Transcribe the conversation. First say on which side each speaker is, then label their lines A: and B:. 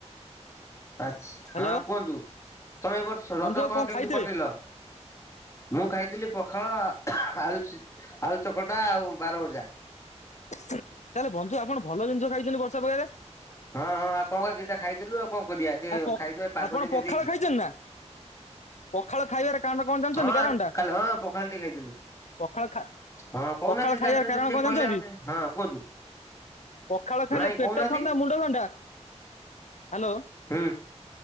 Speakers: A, on the left (about 25°); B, on the left (about 80°).
A: ଆଛା
B: ହ୍ୟାଲୋ
A: ହଁ କୁହନ୍ତୁ ତମେ ବର୍ଷ ରଜ
B: ବନ୍ଧୁ ଆଉ
A: କଣ କେମିତି
B: ଖାଇଥିଲେ
A: କଟିଲ। ମୁଁ ଖାଇଥିଲି ପଖାଳ ଆଳୁ ଆଳୁ ଚକଟା ଆଉ ବାରଭଜା।
B: ତାହେଲେ ବନ୍ଧୁ ଆପଣ ଭଲ ଜିନିଷ ଖାଇଛନ୍ତି ବର୍ଷା ପାଗରେ।
A: ହଁ ହଁ ଆଉ କଣ କ ଦିଇଟା ଖାଇଦଲୁ ଆଉ କଣ କରିବା। ସେ
B: ଆ
A: ଖାଇଦବା ପାଗ
B: ଆପଣ
A: ଯେମିତିଆ
B: ପଖାଳ
A: ଦେଇଛି।
B: ଖାଇଛନ୍ତି ନା ପଖାଳ ଖାଇବାର କାରଣ କଣ ଜାଣିଛନ୍ତି
A: ହଁ
B: କାରଣ ଟା
A: ହଁ ପଖାଳ ଟେ ଖାଇଥିଲୁ।
B: ପଖାଳ ଖା
A: ହଁ କହୁନାହାନ୍ତି
B: ପଖାଳ
A: ଯଦି
B: ଖାଇବାର
A: ଜାଣିଛନ୍ତି
B: କାରଣ
A: ଯଦି
B: କଣ
A: କହିଲେ
B: ଜାଣିଛନ୍ତି
A: ଆମେ ହଁ କୁହନ୍ତୁ।
B: ପଖାଳ ଖାଇଲେ
A: ନାଇଁ
B: ପେଟ
A: କହୁନାହାନ୍ତି
B: ଥଣ୍ଡା ମୁଣ୍ଡ ଥଣ୍ଡା ହ୍ୟାଲୋ।
A: ହୁଁ।